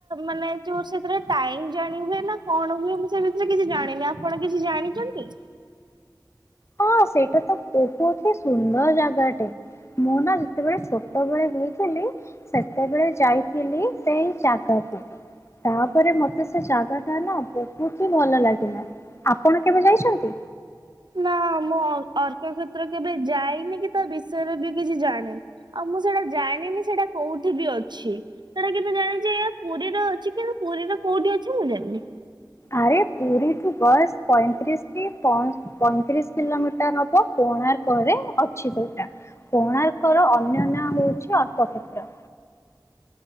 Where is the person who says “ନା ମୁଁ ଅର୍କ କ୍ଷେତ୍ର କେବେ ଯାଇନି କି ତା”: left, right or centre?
Right